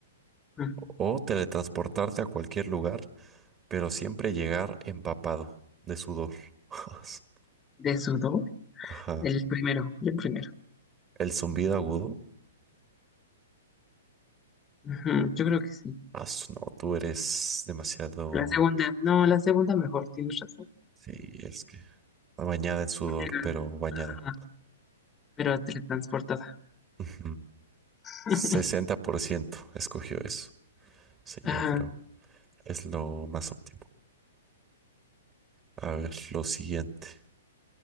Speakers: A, on the left; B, on the right.
A: Mm.
B: o teletransportarte a cualquier lugar, pero siempre llegar empapado de sudor. <laughs>
A: De sudor,
B: Ajá.
A: el primero, el primero.
B: El zumbido agudo.
A: Ujú, yo creo que sí.
B: Ah, su- no, tú eres demasiado.
A: La segunda, no, la segunda mejor, tienes razón.
B: Sí, es que. Bañada en sudor,
A: porque era-
B: pero bañada.
A: ajá, pero teletransportada.
B: Ujú.
A: <laughs>
B: sesenta por ciento escogió eso. Sí,
A: Ajá,
B: yo creo. Es lo más óptimo. A ver, lo siguiente.